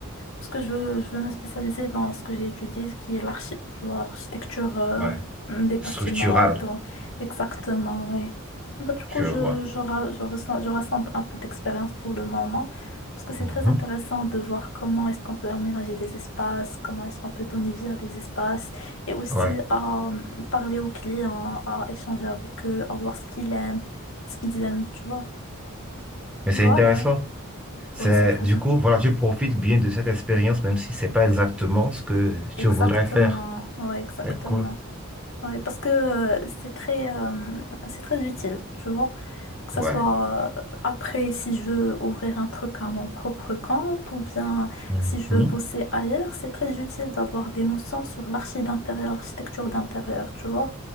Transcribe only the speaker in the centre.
Ouais.
Structural,
je
vois.
Mhm.
Ouais,
mais
c'est intéressant. C'est
du coup, voilà, tu profites bien de cette expérience, même si c'est pas exactement ce que tu
voudrais faire.
C'est cool.
Ouais.
Mhm.